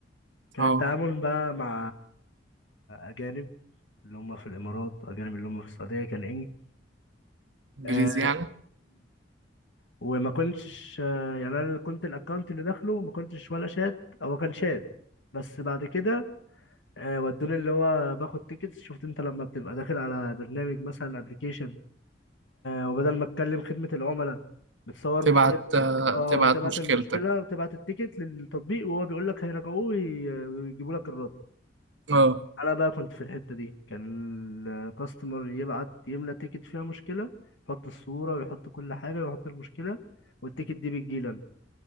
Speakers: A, on the left (about 80°); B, on the right (about 80°).
A: كان
B: اه
A: التعامل بقى مع اجانب اللي هم في الامارات اجانب اللي هم في السعودية كان
B: انجليزي
A: انجليش
B: يعني
A: وما كنتش آه، يعني انا اللي كنت الاكونت اللي داخله ما كنتش ولا شات هو كان شات بس بعد كده آه، ودوني اللي هو باخد تيكتس شفت انت لما بتبقى داخل على برنامج مثلا ابلكيشن وبدل ما تكلم خدمة العملاء بتصور
B: تبعت
A: مشكلتك
B: آه،
A: اه
B: تبعت
A: تبعت
B: مشكلتك
A: المشكلة وتبعت التيكت للتطبيق وهو بيقول لك هيراجعوه وي- ويجيبوا لك الرد
B: اه
A: انا بقى كنت في الحتة دي كان الكاستمر يبعت يملى تيكت فيها مشكلة يحط الصورة ويحط كل حاجة ويحط المشكلة والتيكت دي بتجيلنا